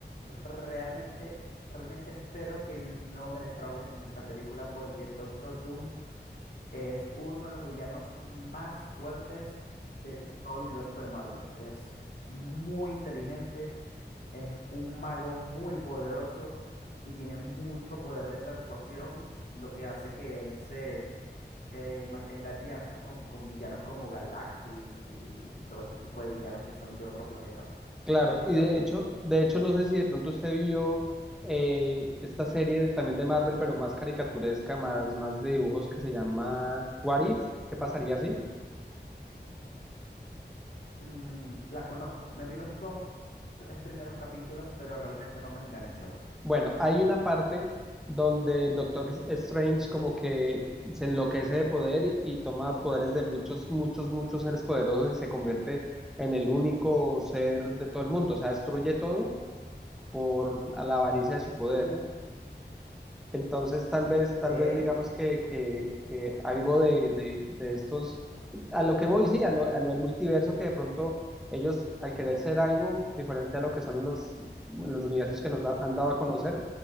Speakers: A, on the left (about 60°); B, in the centre.
A: realmente, realmente espero que no me defrauden con esta película porque Doctor Doom es uno de los villanos más fuertes de todo el universo de Marvel. Es muy inteligente Es un mago muy poderoso y tiene mucho poder de persuasión, lo que hace que él se eh, mantenga alianzas con, con villanos como Galactus y, y todo este tipo de villanos que son de otro planeta, pues.
B: Claro,
A: No sé
B: y
A: si sabías
B: de hecho,
A: esto.
B: de hecho no sé si de pronto usted vio eh, esta serie de- también de Marvel, pero más caricaturesca, más, más de dibujos que se llama What If, ¿qué pasaría así?
A: Mm, la conozco. Me vi los dos, tres primeros capítulos, pero realmente no me enganchó.
B: Bueno, hay una parte donde el Doctor Strange como que se enloquece de poder y, y toma poderes de muchos, muchos, muchos seres poderosos y se convierte en el único ser de todo el mundo, o sea, destruye todo por a la avaricia de su poder.
A: Uh,
B: Entonces, tal vez, tal
A: ey,
B: vez digamos que, que, que algo de, de, de estos, a lo que voy, sí, a lo, a lo del multiverso, que de pronto ellos, al querer ser algo diferente a lo que son los, los universos que nos da- han dado a conocer,